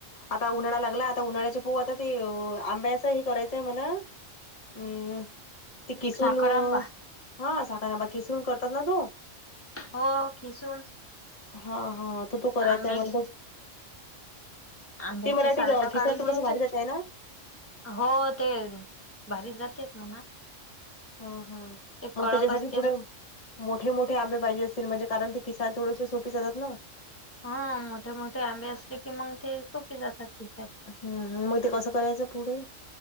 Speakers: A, on the left; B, on the left.
A: आता उन्हाळा लागला. आता उन्हाळ्याचे पोहु आता ते अ आंब्याच हे करायचंय मला. हम्म ते किसून
B: साखर
A: अओ.
B: आंबा
A: हा साखर आंबा किसून करतात ना तो.
B: हो खिसून.
A: हा हा. त तो करायचाय
B: आंब्याची
A: मलापण.
B: आंब्याचे
A: ते मलाठी
B: साल्ट
A: ग किसायला
B: काढून
A: थोडस
B: घ्यायचे
A: भारी जातय ना.
B: हो ते भारी जातेच म्हणा.
A: हा हा
B: ते
A: मग
B: कडक
A: त्याच्यासाठी
B: असते
A: थोडे
B: ना
A: मोठे मोठे आंबे पाहिजेत असतील. म्हणजे कारण ते किसाय थोडेसे सोपे जातात ना.
B: हा मोठे मोठे आंबे असले की मग ते सोपे जातात. किसाय.
A: हम्म हम्म मग ते कस करायचं पुढे?